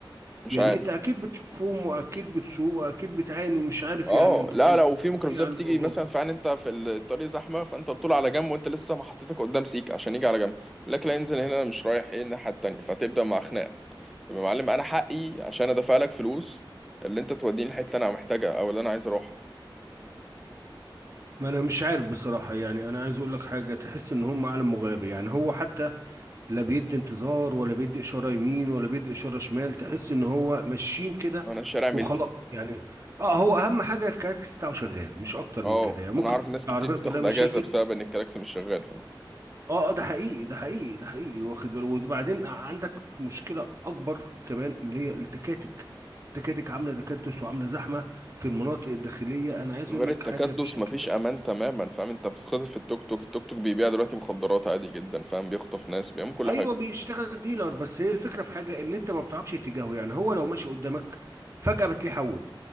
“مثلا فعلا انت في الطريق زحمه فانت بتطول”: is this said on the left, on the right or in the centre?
Centre